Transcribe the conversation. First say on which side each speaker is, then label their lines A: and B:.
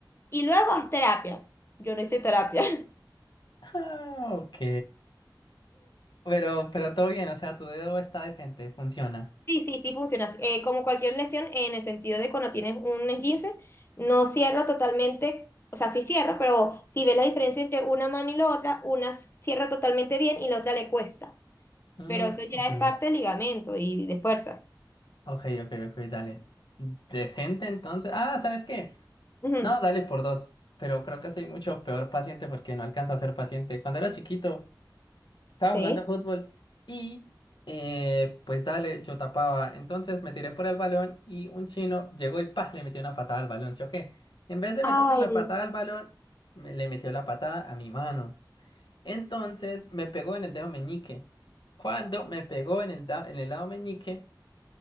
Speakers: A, on the left (about 30°); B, on the left (about 70°).
A: y luego haz terapia. Yo no hice terapia. <laughs>
B: Ah, ok. Pero, pero todo bien, o sea, tu dedo está decente, funciona.
A: Sí, sí, sí funciona. Eh, como cualquier lesión, en el sentido de cuando tienes un esguince, no cierra totalmente, o sea, sí cierra, pero si ves la diferencia entre una mano y la otra, una s- cierra totalmente bien y la otra le cuesta.
B: Mm,
A: Pero eso ya
B: ok,
A: es parte del ligamento y de fuerza.
B: ok, ok, ok, dale. Decente entonces. Ah, ¿sabes qué?
A: Ujú.
B: No, dale por dos, pero creo que soy mucho peor paciente porque no alcanzo a ser paciente. Cuando era chiquito, estaba
A: Sí.
B: jugando fútbol y eh, pues dale, yo tapaba. Entonces me tiré por el balón y un chino llegó y ¡pah! le metió una patada al balón, ¿sí o qué? En vez de
A: Ay,
B: meterle la patada al balón, me- le metió la patada a mi mano. Entonces me pegó en el dedo meñique. Cuando me pegó en el, da- en el lado meñique,